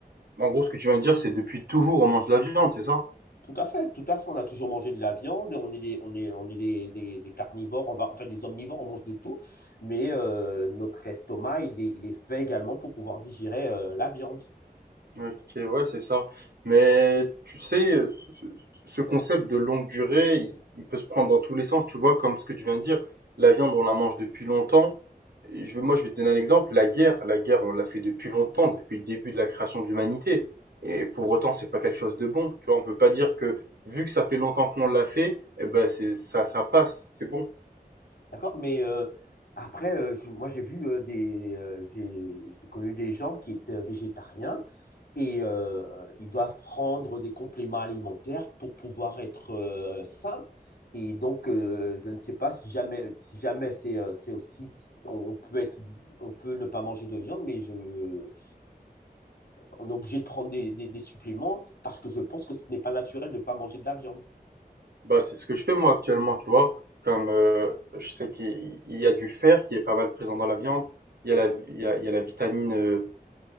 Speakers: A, on the right; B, on the left.
A: en gros, ce que tu viens de dire, c'est depuis toujours on mange de la viande, c'est ça?
B: Tout à fait, tout à fait. On a toujours mangé de la viande, on est des, on est, on est des, des- des carnivores, on va, enfin des omnivores, on mange de tout, mais euh, notre estomac, il est, il est fait également pour pouvoir digérer euh, la viande.
A: OK, ouais, c'est ça. Mais tu sais, euh, ce ce- ce concept de longue durée, il, il peut se prendre dans tous les sens, tu vois, comme ce que tu viens de dire. La viande, on la mange depuis longtemps. Je vais, moi, je vais te donner un exemple. La guerre, la guerre, on l'a fait depuis longtemps, depuis le début de la création de l'humanité. Et pour autant, c'est pas quelque chose de bon. Tu vois, on peut pas dire que, vu que ça fait longtemps qu'on l'a fait, eh ben, c'est, ça, ça passe, c'est bon.
B: D'accord? Mais euh, après, euh, je- moi, j'ai vu euh, des, euh, j'ai j'ai connu des gens qui étaient végétariens et euh, ils doivent prendre des compléments alimentaires pour pouvoir être euh, sains. Et donc, euh, je ne sais pas si jamais, si jamais c'est euh, c'est aussi, on, on peut être, on peut ne pas manger de viande, mais je, euh, on est obligé de prendre des, des des suppléments parce que je pense que ce n'est pas naturel de ne pas manger de la viande.
A: Bah, c'est ce que je fais moi actuellement, tu vois. Comme euh, je sais qu'il il y a du fer qui est pas mal présent dans la viande, il y a la, il y a, il y a la vitamine, euh,